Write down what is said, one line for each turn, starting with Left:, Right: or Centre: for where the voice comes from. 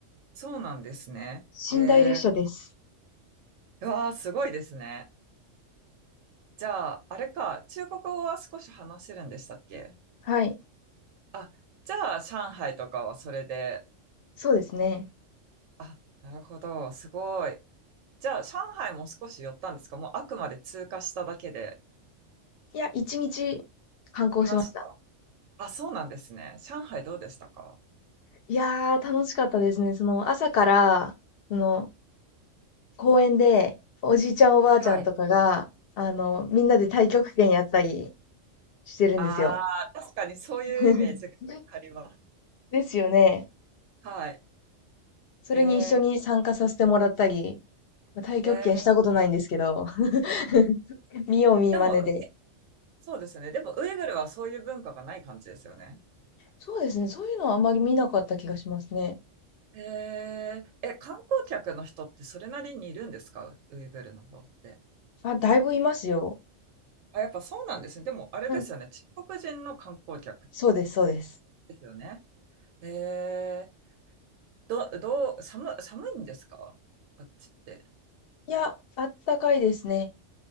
Right: そうなんですね。
Left: 寝台列車です。
Right: えー、うわー、すごいですね。じゃあ、あれか、中国語は少し話せるんでしたっけ
Left: はい。
Right: あ、じゃあ、上海とかはそれで、
Left: そうですね。
Right: あ、なるほど、すごい。じゃあ、上海も少し寄ったんですかもうあくまで通過しただけで。
Left: いや、一日観光しました。
Right: いました。あ、そうなんですね。上海どうでしたか
Left: いやー、楽しかったですね。その、朝から、その、公園で、おじいちゃんおばあちゃんとかが、
Right: はい。
Left: あの、みんなで太極拳やったりしてるんですよ。
Right: ああ確かにそういうイメージがあります。
Left: <laughs> ですよね。
Right: はい。
Left: それに一緒に参加させてもらったり、
Right: え
Left: まあ太極拳したことないんですけど、
Right: ー、えー、
Left: <laughs> 見よう見まねで。
Right: でも、そうですね。でも、ウイグルはそういう文化がない感じですよね。
Left: そうですね、そういうのはあまり見なかった気がしますね。
Right: えー、え、観光客の人ってそれなりにいるんですかウイグルの方って。
Left: あ、だいぶいますよ。
Right: あ、やっぱそうなんですね。でも、あれですよね。
Left: うん、
Right: 中国人の観光客
Left: そうです、そうです。
Right: ですよね。えーど、どう、寒、寒いんですかあっちって。
Left: いや、あったかいですね。